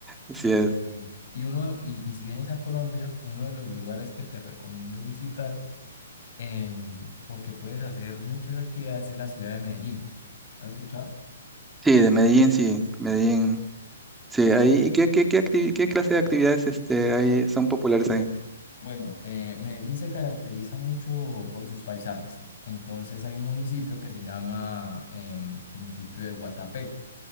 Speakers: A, in the centre; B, on the left.
A: así
B: Sí,
A: es.
B: me Y, imagino. y uno, y, y si vienes a Colombia, uno de los lugares que te recomiendo visitar em, porque puedes hacer muchas actividades en la ciudad de Medellín. ¿Has escuchado?
A: Sí, de Medellín, sí, Medellín. Sí, ahí, ¿y qué, qué, qué, activi- qué clase de actividades este, ahí son populares ahí?
B: Bueno, eh, Medellín se caracteriza mucho por sus paisajes. Entonces hay un municipio que se llama em, municipio de Guatapé.